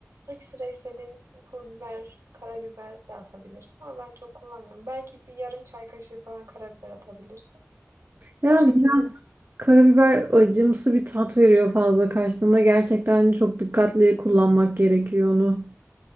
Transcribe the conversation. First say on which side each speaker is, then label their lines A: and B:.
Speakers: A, on the right; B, on the right.
A: Ekstra istediğin pul biber, karabiber de atabilirsin ama ben çok kullanmıyorum. Belki bir yarım çay kaşığı falan karabiber atabilirsin.
B: Ya
A: O şekilde
B: biraz karabiber acımsı bir tat veriyor fazla kaçtığında. Gerçekten çok dikkatli kullanmak gerekiyor onu.